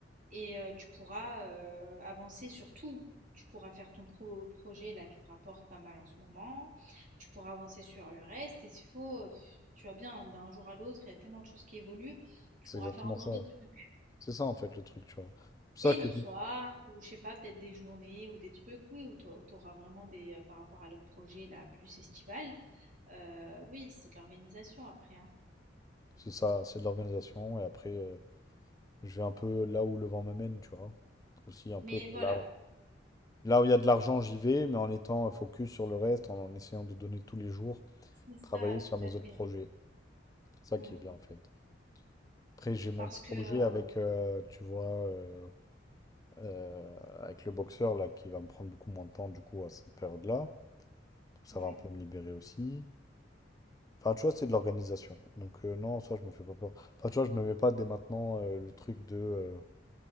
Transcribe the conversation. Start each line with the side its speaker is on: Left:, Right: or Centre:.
Right: et euh, tu pourras euh, avancer sur tout. Tu pourras faire ton pro- projet là qui te rapporte pas mal en ce moment. Tu pourras avancer sur le reste. Et s'il faut, euh, tu vois bien, d'un jour à l'autre, il y a tellement de choses qui évoluent. Tu
Left: C'est
Right: pourras
Left: exactement
Right: faire encore
Left: ça.
Right: d'autres trucs.
Left: C'est ça en fait le truc, tu vois. C'est
Right: Et
Left: ça que
Right: le soir, ou je sais pas, peut-être des journées ou des trucs, oui, où tu auras vraiment des, euh, par rapport à l'autre projet là, plus estival, Heu, oui, c'est de l'organisation après, hein.
Left: c'est ça, c'est de l'organisation. Et après, euh, je vais un peu là où le vent me mène, tu vois. Aussi un
Right: Mais
Left: peu
Right: voilà,
Left: là. Là où il y a de l'argent, j'y vais, mais en étant focus sur le reste, en essayant de donner tous les jours,
Right: c'est ça,
Left: travailler
Right: tout
Left: sur mes
Right: à fait.
Left: autres projets. Ça
Right: Mmh.
Left: qui est bien en fait. Après, j'ai mon
Right: Parce
Left: projet
Right: que, heu
Left: avec, euh, tu vois, euh, euh, avec le boxeur là, qui va me prendre beaucoup moins de temps du coup à cette période-là. Donc, ça
Right: ouais.
Left: va un peu me libérer aussi. Enfin, tu vois, c'est de l'organisation. Donc euh, non, ça, je me fais pas peur. Enfin, tu vois, je me mets pas dès maintenant euh, le truc de euh,